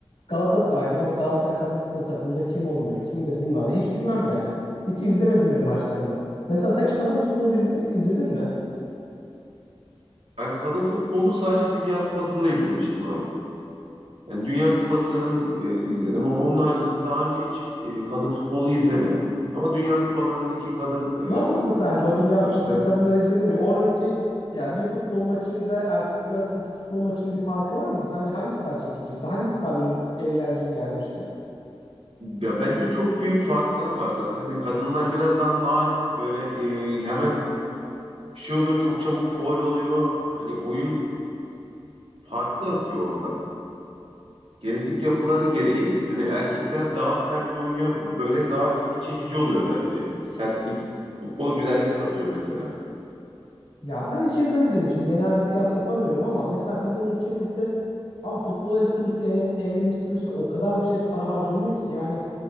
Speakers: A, on the left; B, on the right.
A: Galatasaraylıyım ama Galatasaray kadın futbol takımında kim oynuyor, kimdir bilmem. ne. Hiç bilmem yani. Hiç izlemedim bile maçlarını. Mesela sen hiç kadın futbolu iz- izledin mi?
B: Ben kadın futbolu sadece Dünya Kupası'nda izlemiştim abi. Yani Dünya Kupası'nın e, izledim ama onun haricinde daha önce hiç e, kadın futbolu izlemedim. Ama Dünya Kupalarındaki kadın
A: Nasıldı
B: e,
A: sence o Dünya
B: maçlarını
A: Kupası'ndaki kadınları izledin ya oradaki yani bir futbol maçıyla erkekler arasındaki futbol maçının bir farkı var mıydı? Sence hangisi daha çekiciydi? Hangisi daha böyle eğlenceli gelmişti?
B: Ya bence çok büyük farklar var zaten. Hani kadınlar biraz daha narin böyle e, hemen bir şey oluyor çok çabuk faul oluyor. Hani oyun farklı akıyor orada. Genetik yapıları gereği hani erkekler daha sert oynuyor. Böyle daha ilgi çekici oluyor bence. Sertlik futbola güzellik katıyor mesela.
A: Ya ben hiç izlemediğim için genel bir kıyas yapamıyorum ama mesela bizim ülkemizde abi futbol endüstri- e- endüstrisine o kadar yüksek para harcanıyor ki yani